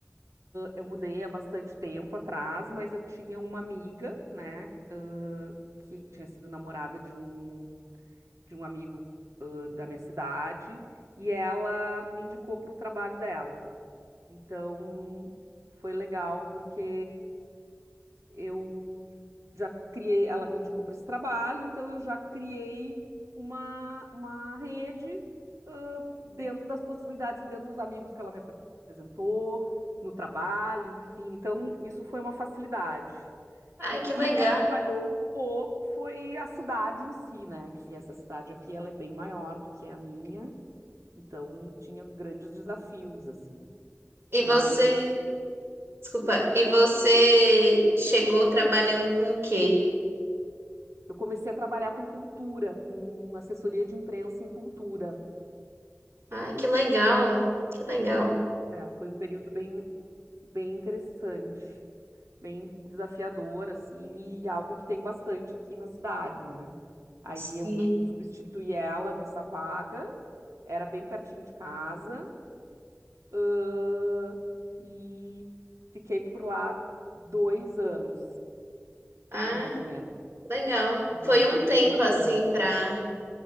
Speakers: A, on the right; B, on the right.
A: Eu mudei há bastante tempo atrás, mas eu tinha uma amiga, né, ãh, que tinha sido namorada de um, de um amigo, ãh, da minha cidade e ela me indicou para o trabalho dela. Então, foi legal porque eu já criei, ela me indicou para esse trabalho, então eu já criei uma, uma rede, ãh, dentro das possibilidades, dentro dos amigos que ela me apresentou, no trabalho, enfim. Então, isso foi uma facilidade.
B: Ai,
A: O que
B: que legal.
A: me atrapalhou um pouco foi a cidade em si, né? Que essa cidade aqui, ela é bem maior do que a minha, então tinha grandes desafios, assim.
B: E
A: Mas
B: você. Desculpa. E você chegou trabalhando com o quê?
A: Eu comecei a trabalhar com cultura, com assessoria de imprensa em cultura.
B: Ai, que legal. Que legal.
A: É, foi um período bem, bem interessante, bem desafiador, assim, e algo que tem bastante aqui na cidade, né? Aí
B: Sim.
A: eu substituí ela nessa vaga, era bem pertinho de casa, ãh, e fiquei por lá dois anos,
B: Ah,
A: mais ou menos.
B: legal.
A: Então
B: Foi
A: foi
B: um
A: bem
B: tempo
A: bacana,
B: assim
A: assim.
B: pra